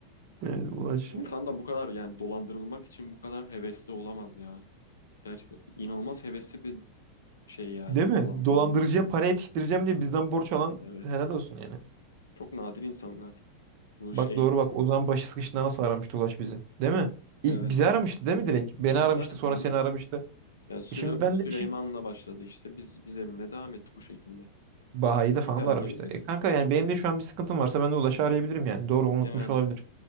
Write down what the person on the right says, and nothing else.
Evet, Ulaş.
Değil mi?
Dolandırıcıya para yetiştireceğim diye bizden borç alan
helal olsun yani.
Bak
doğru bak. O zaman başı sıkıştığında nasıl aramıştı Ulaş bizi? Değil mi? İ-
Bizi aramıştı değil mi direkt? Beni
aramıştı sonra
seni aramıştı.
E Şimdi ben
de bir şey
Baha'yı
da falan
da aramıştı.
E kanka yani benim de şu an bir sıkıntım varsa ben de Ulaş'ı arayabilirim yani. Doğru unutmuş
olabilir.